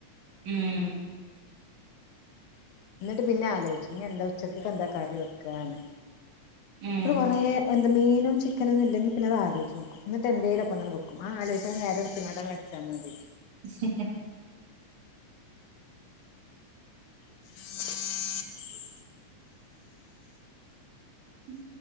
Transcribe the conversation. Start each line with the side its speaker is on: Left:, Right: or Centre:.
Right: ഉം
Left: എന്നിട്ട് പിന്നെ ആലോയ്ച്ചും ഞിഎന്താ ഉച്ചക്കക്കെ എന്താ കറി വെക്കാന്ന്
Right: ഉം
Left: ന്നിട്ട് കൊറേ എന്ത് മീനും ചിക്കനൊന്നും ഇല്ലെങ്കി പിന്നെ അത് ആലോചിച്ചണം എന്നിട്ട് എന്തേലൊക്കന്നങ്ങട് വെക്കും ആ ആലോയ്ച്ചണ നേരട്ത് ങ്ങാണ്ടാങ്ങ്ട് വെച്ചാൽ മതി
Right: ഉം ഹ്
Left: <inaudible>
Right: ഉം